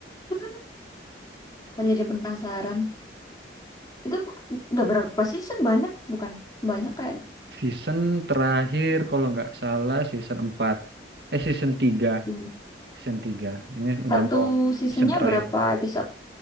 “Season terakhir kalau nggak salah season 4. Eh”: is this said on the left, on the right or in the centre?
Right